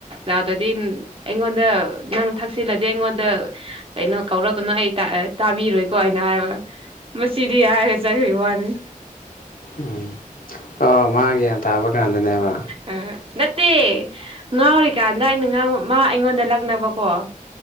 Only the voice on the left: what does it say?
ꯎꯝ ꯑꯣ ꯃꯥ ꯒ꯭ꯌꯥꯟ ꯇꯥꯕ ꯀꯥꯟꯗꯅꯦꯕ